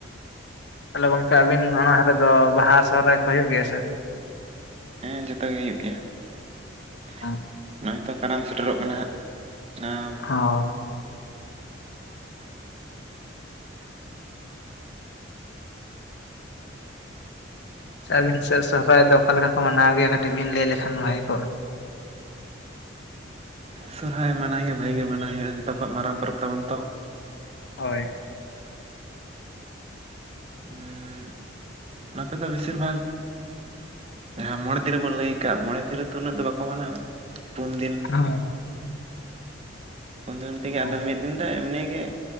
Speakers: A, on the left (about 60°); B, on the right (about 30°).
A: ᱛᱟᱦᱚᱞᱮ ᱜᱚᱝᱠᱮ ᱟᱵᱤᱱ ᱚᱱᱟ ᱦᱟᱨᱮ ᱫᱚ ᱵᱟᱦᱟ ᱥᱚᱦᱚᱨᱟᱭ ᱠᱚ ᱦᱩᱭᱩᱜ ᱜᱮᱭᱟ ᱥᱮ ᱵᱟᱝ?
B: ᱦᱮᱸ ᱡᱚᱛᱚ ᱜᱮ ᱦᱩᱭᱩᱜ ᱜᱮᱭᱟ ᱾
A: ᱚ
B: ᱱᱚᱜᱼᱚᱭ ᱛᱚ ᱠᱟᱨᱢ ᱥᱮᱴᱮᱨᱚᱜ ᱠᱟᱱᱟ ᱦᱟᱸᱜ᱾
A: ᱚ᱾ ᱥᱮ ᱟᱹᱵᱤᱱ ᱥᱮᱫ ᱥᱚᱦᱚᱨᱟᱭ ᱫᱚ ᱚᱠᱟ ᱞᱮᱠᱟ ᱠᱚ ᱢᱟᱱᱟᱣ ᱜᱮᱭᱟ ᱠᱟᱹᱴᱤᱡ ᱵᱤᱱ ᱞᱟᱹᱭ ᱞᱮᱠᱷᱟᱱ ᱵᱷᱟᱹᱜᱤ ᱠᱚᱜᱼᱟ? <unintelligible>
B: ᱥᱚᱨᱦᱟᱭ ᱢᱟᱱᱟᱭ ᱜᱮ ᱵᱷᱟᱹᱜᱤ ᱜᱮ ᱢᱟᱱᱟᱭ ᱦᱩᱭᱩᱜᱼᱟ ᱡᱚᱛᱚ ᱠᱷᱚᱱ ᱢᱟᱨᱟᱝ ᱯᱚᱨᱚᱵᱽ ᱛᱟᱵᱚᱱ ᱛᱚ ᱾
A: ᱦᱳᱭ᱾
B: ᱩᱸᱜ ᱱᱚᱛᱮ ᱫᱚ ᱵᱮᱥᱤᱨ ᱵᱷᱟᱜ ᱦᱮᱸ ᱢᱚᱬᱮ ᱫᱤᱱ ᱨᱮ ᱵᱚᱱ ᱞᱟᱹᱭ ᱠᱟᱜ ᱢᱚᱬᱮ ᱫᱤᱱ ᱨᱮᱫᱚ ᱩᱱᱟᱹᱜ ᱫᱚ ᱵᱟᱠᱚ ᱢᱟᱱᱟᱜᱼᱟ, ᱯᱩᱱᱫᱤᱱ
A: ᱦᱳᱭ
B: ᱯᱩᱱ ᱫᱤᱱ ᱛᱮᱜᱮ
A: ᱚ
B: ᱟᱫᱚ ᱢᱤᱫ ᱫᱤᱱ ᱫᱚ ᱮᱢᱱᱤᱜ ᱜᱮ